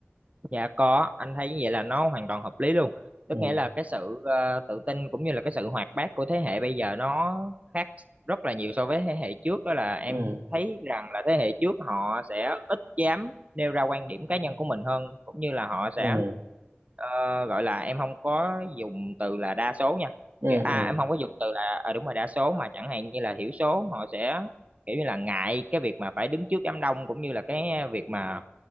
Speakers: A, on the right; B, on the right.
A: Dạ có, anh thấy như vậy là nó hoàn toàn hợp lý luôn. Tức
B: ừ
A: nghĩa là cái sự ờ, tự tin cũng như là cái sự hoạt bát của thế hệ bây giờ nó khác rất là nhiều so với thế hệ trước đó là em
B: ừ
A: thấy rằng là thế hệ trước họ sẽ ít dám nêu ra quan điểm cá nhân của mình hơn cũng như là họ
B: ừ
A: sẽ ờ, gọi là em không có dùng từ là đa số nha.
B: ừ
A: Kiểu a
B: ừ
A: à, em không có dùng từ là ờ đúng rồi đa số mà chẳng hạn như là thiểu số họ sẽ kiểu như là ngại cái việc mà phải đứng trước đám đông cũng như là cái việc mà